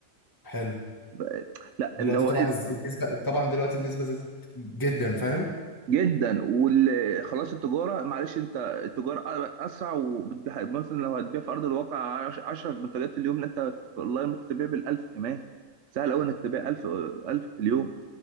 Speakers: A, on the left; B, on the right.
A: حلو
B: بقى- لا
A: دلوقتي
B: اللي هو
A: طبعا
B: إيه؟
A: الز- النسبه طبعا دلوقتي النسبه زادت جدا فاهم
B: جدا وخلاص التجاره معلش انت التجاره اسرع وبتبيع مثلا لو هتبيع في ارض الواقع 10 منتجات في اليوم لا انت في اونلاين ممكن تبيع بال1000 كمان سهل قوي انك تبيع 1000 1000 في اليوم